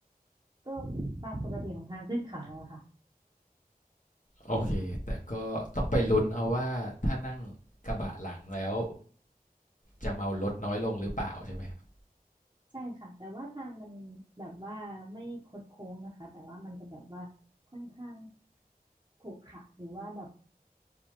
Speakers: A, on the right; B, on the left.
A: ก็ตามปกติของทางขึ้นเขาอะค่ะ
B: โอเคแต่ก็ต้องไปลุ้นเอาว่าถ้านั่งกระบะหลังแล้วจะเมารถน้อยลงหรือเปล่าใช่ไหมครับ
A: ใช่ค่ะแต่ว่าทางมันแบบว่าไม่คดโค้งนะคะแต่ว่ามันจะแบบว่าค่อนข้างขรุขระหรือว่าแบบ